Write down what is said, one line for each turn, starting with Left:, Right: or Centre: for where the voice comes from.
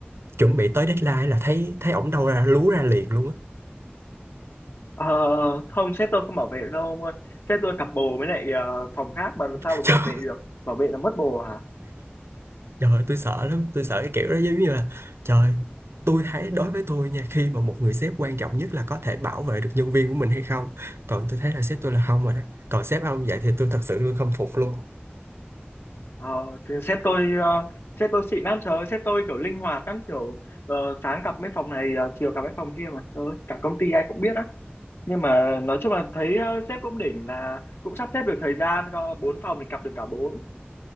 Right: chuẩn bị tới deadline là thấy thấy ổng đâu ra lú ra liền luôn á
Left: Ờ, không sếp tôi không bảo vệ đâu ông ơi sếp tôi cặp bồ với lại ờ, phòng khác mà làm sao
Right: <laughs>
Left: mà bảo vệ được bảo vệ là mất bồ hả
Right: Trời ơi, tôi sợ lắm, tôi sợ cái kiểu đó giống như là trời, tôi thấy đối với tôi nha, khi mà một người sếp quan trọng nhất là có thể bảo vệ được nhân viên của mình hay không. Còn tôi thấy là sếp tôi là không rồi đó. Còn sếp ông vậy thì tôi thật sự tôi không phục luôn.
Left: ờ, thì sếp tôi ờ, sếp tôi xịn lắm trời ơi sếp tôi kiểu linh hoạt lắm kiểu ờ, sáng cặp mấy phòng này ờ, chiều cặp mấy phòng kia mà trời ơi, cả công ty ai cũng biết á nhưng mà nói chung là thấy ờ, sếp cũng đỉnh là cũng sắp xếp được thời gian có bốn phòng thì cặp được cả bốn